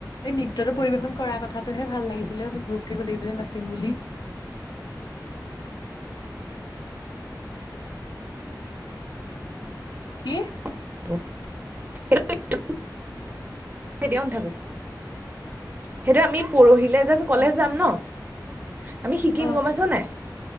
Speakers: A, on the left; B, on the right.
A: এই নৃত্যটো পৰিবেশন কৰা কথাটোহে ভাল লাগিছিলে আমি গ্ৰুপকে গোটেইজনী নাচিম বুলি। <unintelligible> কি?
B: <unintelligible>
A: <unintelligible>
B: কেতিয়াও নাথাকো, সেইটো আমি পৰহিলে কলেজ
A: অ
B: যাম ন আমি শিকিম
A: অ
B: গম পাইছে নাই।